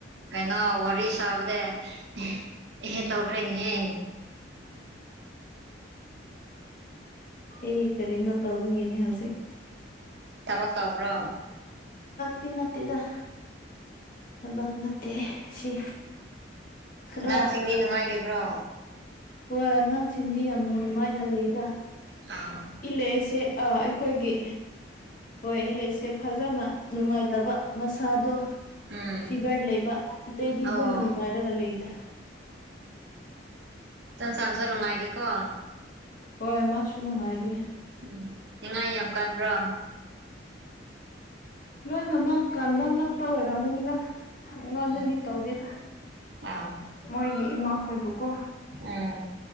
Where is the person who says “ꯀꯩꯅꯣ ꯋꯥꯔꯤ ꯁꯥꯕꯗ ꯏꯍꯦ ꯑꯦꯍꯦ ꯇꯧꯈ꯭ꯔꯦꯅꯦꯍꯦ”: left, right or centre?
Right